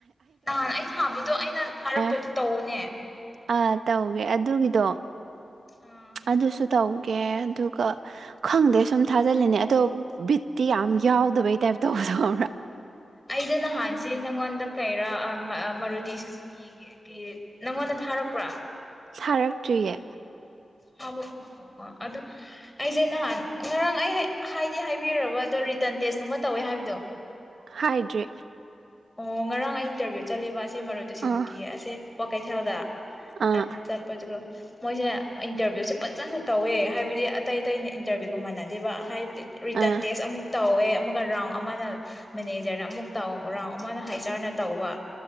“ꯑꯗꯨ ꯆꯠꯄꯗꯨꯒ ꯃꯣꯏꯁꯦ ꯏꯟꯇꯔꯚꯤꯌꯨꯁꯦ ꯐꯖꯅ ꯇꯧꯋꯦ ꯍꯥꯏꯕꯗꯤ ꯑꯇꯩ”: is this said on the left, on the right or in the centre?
Left